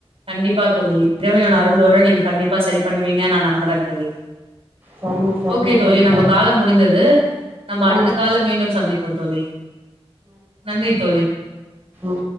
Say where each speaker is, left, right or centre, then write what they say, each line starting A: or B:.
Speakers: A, on the right; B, on the right.
A: கண்டிப்பா தோழி இறைவன்னோட அருளோட நீங்க கண்டிப்பா சரி பண்ணுவீங்க நான் நம்புறேன் தோழி
B: சரிங்க சரிங்க
A: ஓகே தோழி நம்ப
B: நன்றி
A: காலு முடிந்தது நம்ம அடுத்த
B: ம்
A: கால்ல மீண்டும் சந்திப்போ தோழி நன்றி தோழி
B: ம்